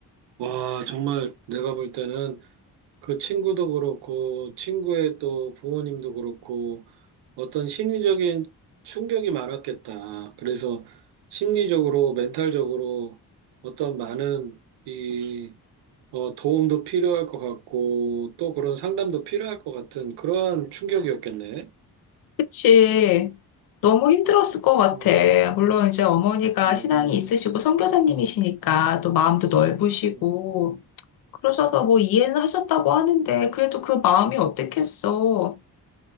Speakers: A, on the right (about 80°); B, on the left (about 65°).
A: 와, 정말 내가 볼 때는 그 친구도 그렇고, 친구의 또 부모님도 그렇고, 어떤 심리적인 충격이 많았겠다. 그래서 심리적으로, 멘탈적으로 어떤 많은 이, 어, 도움도 필요할 것 같고, 또 그런 상담도 필요할 것 같은 그러한 충격이었겠네.
B: 그치. 너무 힘들었을 것 같아.
A: 음,
B: 물론 이제 어머니가
A: 음.
B: 신앙이 있으시고 선교사님이시니까 또 마음도 넓으시고
A: 음.
B: 그러셔서 뭐 이해는 하셨다고 하는데 그래도 그 마음이 어땠겠어.